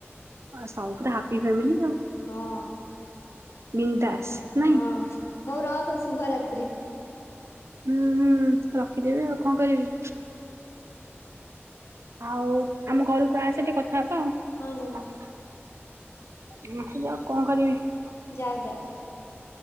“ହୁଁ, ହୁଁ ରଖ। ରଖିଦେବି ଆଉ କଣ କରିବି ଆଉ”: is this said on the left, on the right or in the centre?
Right